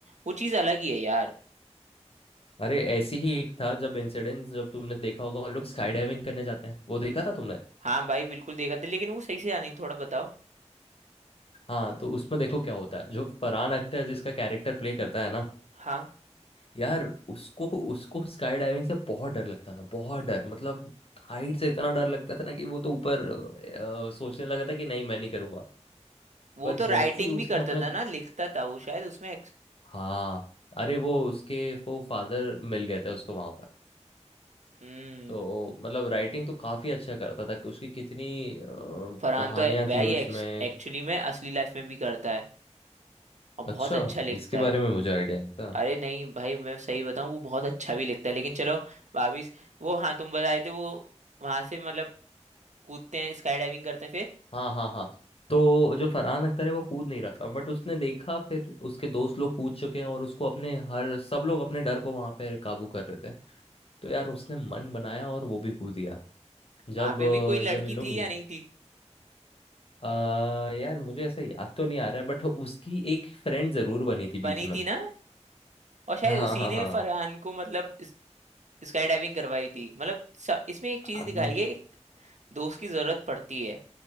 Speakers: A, on the right; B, on the left.
A: वो चीज अलग ही है यार
B: अरे ऐसी ही एक था जब इंसिडेंट जब तुमने देखा होगा वो लोग स्काई डाइविंग करने जाते हैं वो देखा था तुमने
A: हाँ भाई बिल्कुल देखा था लेकिन वो सही से याद नहीं थोड़ा बताओ
B: हाँ तो उसमें देखो क्या होता है जो फरहान अख्तर जिसका कैरेक्टर प्ले करता है ना
A: हाँ
B: यार उसको उसको स्काई डाइविंग से बहुत डर लगता था बहुत डर मतलब हाइट से इतना डर लगता था ना कि वो तो ऊपर अ, सोचने लगा था कि नहीं मैं नहीं करूंगा
A: वो
B: पर जैसे
A: तो राइटिंग
B: ही उसने
A: भी करता
B: अपने
A: था ना लिखता था वो शायद उसमें
B: हाँ अरे वो उसके वो फादर मिल गए थे उसको वहां पर
A: हम्म
B: तो मतलब राइटिंग तो काफी अच्छा करता था कि उसकी कितनी अ,
A: फरहान
B: कहानियां
A: तो भाई
B: थी उसमें
A: एक्चुअली में असली लाइफ में भी करता है और बहुत
B: अच्छा
A: अच्छा लिखता
B: इसके बारे
A: है
B: में मुझे आइडिया नहीं था।
A: अरे नहीं भाई मैं सही बताऊं वो बहुत अच्छा भी लिखता है लेकिन चलो भाभी वो हाँ तुम बताए थे वो वहां से मतलब कूदते हैं स्काई डाइविंग करते हैं फिर
B: हाँ हाँ हाँ तो जो फरहान अख्तर है वो कूद नहीं रहा था बट उसने देखा फिर उसके दोस्त लोग कूद चुके हैं और उसको अपने हर सब लोग अपने डर को वहां पे काबू कर रहे थे तो यार उसने मन बनाया और वो भी कूद गया जब
A: वहां पे
B: अ,
A: भी कोई लड़की
B: जब इन लोग
A: थी या नहीं थी
B: आ, यार मुझे ऐसा याद तो नहीं आ रहा है बट उसकी एक फ्रेंड जरूर बनी थी बीच
A: बनी
B: में
A: थी ना और शायद
B: हाँ
A: उसी
B: हाँ
A: ने
B: हाँ
A: फरहान को मतलब स्काई डाइविंग करवाई थी मतलब स- इसमें एक चीज
B: अम्म,
A: दिखाई है एक दोस्त की जरूरत पड़ती है